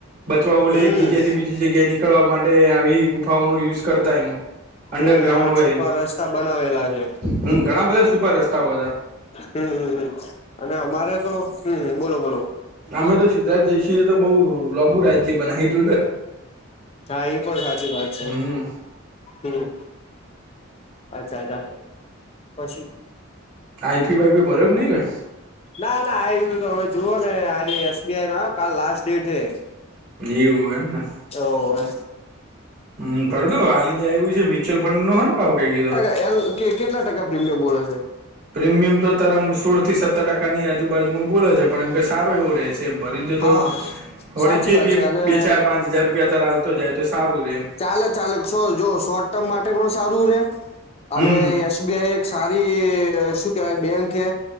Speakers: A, on the right (about 40°); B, on the left (about 30°).
A: બચવા બોલે
B: હમ
A: એક જગ્યા થી બીજી જગ્યા નીકળવા માટે માટે આવી ગુફાઓ નો યુઝ કરતા એમ. અંડરગ્રાઉન્ડ
B: હમ હમ હવે
A: હોય.
B: છુપા રસ્તા બનાવેલા છે
A: હમ, ઘણા બધા સુપર રસ્તાઓ હતા.
B: હમ હમ હમ અને અમારે તો હમ બોલો બોલો.
A: અમે તો સિદ્ધરાજ જયશિ એ તો બહ લોબુ રાજ્ય બનાય્યું તું.
B: હા એ પણ સાચી વાત છે.
A: હમ
B: હમ. અચ્છા અચ્છા પછી
A: આઈપી વાઈપી ભર્યો નઈ કઈ?
B: ના ના આ તમે જુઓ ને આ એસબીઆઈ નો કાલ લાસ્ટ ડેટ છે.
A: એવું એમને.
B: ઓવે.
A: હમ ફર તો હાને જાયવું છે મ્યુયઅલ ફંડ નો હો ને ભાવ કઈ કીધો.
B: એમ કે કેટલા ટકા પ્રીમિયમ બોલે છે?
A: પ્રીમિયમ તો તારામાં સોળ થી સત્તર ટકા કાની આજુબાજુમાં બોલે છે પણ એમ કે સારો એવો રહે છે એમ ભરી દો તો
B: હા
A: વળી
B: સાચી
A: જે
B: વાત
A: બે
B: છે અને
A: બે ચાર પાંચ હજાર રૂપિયા તાલતો જાય તો સારું રે એમ.
B: ચાલે ચાલે શો જો શોર્ટ ટર્મ માટે પણ સારું રે અને
A: હમ
B: બીઆઈ એક સારી શું કેહેવાય બેંક છે